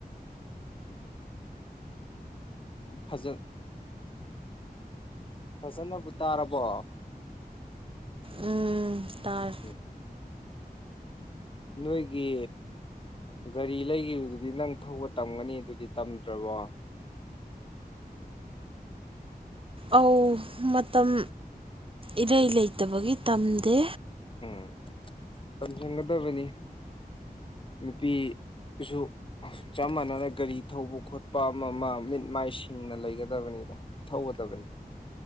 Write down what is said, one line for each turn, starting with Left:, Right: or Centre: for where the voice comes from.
Left: ꯐꯖ ꯐꯖꯅꯕꯨ ꯇꯥꯔꯕꯣ
Right: ꯎꯝ ꯇꯥꯔꯦ
Left: ꯎꯝ ꯅꯣꯏꯒꯤ ꯒꯥꯔꯤ ꯂꯩꯈꯤꯕꯗꯨꯗꯤ ꯅꯪ ꯊꯧꯕ ꯇꯝꯒꯅꯤ ꯗꯨꯗꯤ ꯇꯝꯗ꯭ꯔꯕꯣ
Right: ꯑꯧ ꯃꯇꯝ ꯏꯔꯩ ꯂꯩꯇꯕꯒꯤ ꯇꯝꯗꯦ
Left: ꯎꯝ ꯄꯟ ꯆꯒꯗꯕꯅꯤ ꯅꯨꯄꯤꯁꯨ ꯆꯞ ꯃꯥꯟꯅꯅ ꯒꯥꯔꯤ ꯊꯧꯕ ꯈꯣꯠꯄ ꯑꯃ ꯑꯃ ꯃꯤꯠ ꯃꯥꯏ ꯁꯤꯡꯅ ꯂꯩꯒꯗꯕꯅꯤꯅ ꯊꯧꯒꯗꯕꯅꯤ